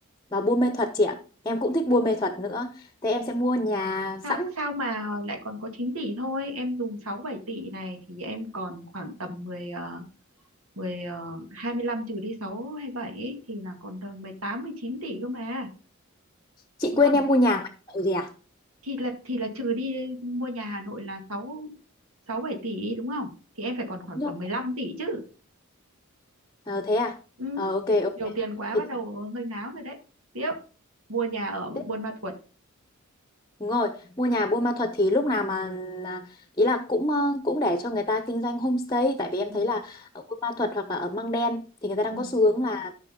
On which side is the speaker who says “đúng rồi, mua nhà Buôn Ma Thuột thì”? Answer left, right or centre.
Left